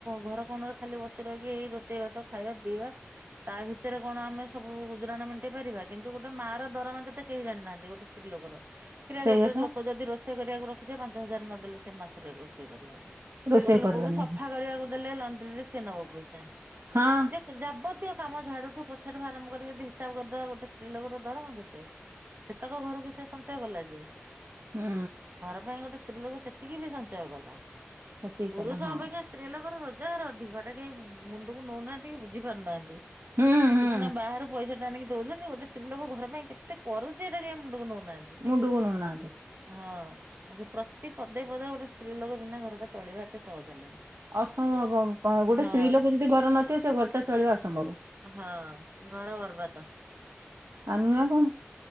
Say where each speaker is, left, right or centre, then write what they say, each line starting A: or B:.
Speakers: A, on the right (about 50°); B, on the right (about 80°).
A: ଘର କୋଣରେ ଖାଲି ବସି ରହିକି ଏଇ ରୋଷେଇ ବାସ ଖାଇବା ପିଇବା ତା ଭିତରେ କଣ ଆମେ ସବୁ ଗୁଜୁରାଣ ମେଣ୍ଟେଇ ପାରିବା କିନ୍ତୁ ଗୋଟେ ମା ର ଦରମା କେତେ କେହି ଜାଣିନାହାନ୍ତି। ଗୋଟେ ସ୍ତ୍ରୀ ଲୋକର, କିରେ
B: ସେଇଆ
A: ଗୋଟେ
B: ପା
A: ଲୋକ ଯଦି ରୋଷେଇ କରିବାକୁ ରଖୁଛେ ପାଞ୍ଚ ହଜାର ନଦେଲେ ସେ ମାସରେ ରୋ ଷେଇ କରିବନି
B: ରୋଷେଇ
A: ଗୋଟେ ଲୋକକୁ
B: କରିବନି
A: ସଫା କରିବାକୁ ଦେଲେ ଲଣ୍ଡ୍ରି ରେ ସିଏ ନବ ପଇସା।
B: ହଁ
A: ଯେ ଯାବତୀୟ କାମ, ଝାଡୁଠୁ, ପୋଛା ଠୁ ଆରମ୍ଭ କରିକି ଯଦି ହିସାବ କରିଦବା ଗୋଟେ ସ୍ତ୍ରୀ ଲୋକର ଦରମା କେତେ? ସେତକ ଘରକୁ ସେ ସଞ୍ଚୟ କଲା ଯେ।
B: ହୁଁ।
A: ଘର ପାଇଁ ଗୋଟେ ସ୍ତ୍ରୀ ଲୋକ ସେତିକି ବି ସଞ୍ଚୟ କଲା।
B: ସେତିକି
A: ପୁରୁଷ
B: କଲା ହଁ
A: ଅପେକ୍ଷା ସ୍ତ୍ରୀ ଲୋକର ରୋଜଗାର ଅଧିକ ଘଟା କେହି ମୁଣ୍ଡକୁ ନଉନାହାନ୍ତି କି ବୁଝି ପାରୁନାହାନ୍ତି।
B: ହୁଁ ହୁଁ
A: ସେ ସିନା ବାହାରୁ ପଇସା ଆଣିକି ଦଉଛନ୍ତି। ଗୋଟେ ସ୍ତ୍ରୀ ଲୋକ ଘର ପାଇଁ କେତେ କରୁଛି ଏଇଟା କେହି ମୁଣ୍ଡକୁ ନଉନାହାନ୍ତି।
B: ମୁଣ୍ଡୁକୁ ନଉନାହାଁନ୍ତି।
A: ହଁ ସେ ପ୍ରତି ପଦେ ପଦେ ଗୋଟେ ସ୍ତ୍ରୀ ଲୋକ ବିନା ଘରଟା ଚଳିବା ଏତେ ସହଜ ନୁହଁ।
B: ଅସମ୍ଭବ ଗୋଟେ
A: ହଁ
B: ସ୍ତ୍ରୀ ଲୋକ ଯଦି ଘର ନଥିବ ସେ ଘରଟା ଚଳିବା ଅସମ୍ଭବ।
A: ହଁ ଘର ବରବାଦ।
B: ଆଉ ନୁହେଁ ଆଉ କଣ?